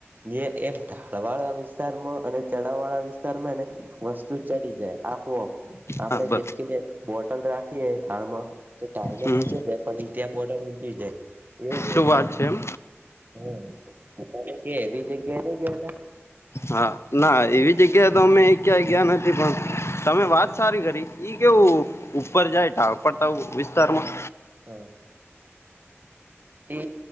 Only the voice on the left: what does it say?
હા બર
હમ
શું
વાત એમ
હા ના એવી જગ્યાએ તો અમે ક્યાં ગયા નથી પણ તમે વાત સારી કરી ઈ કેવું ઉપર જાય ટાવ પડતા વિસ્તારમાં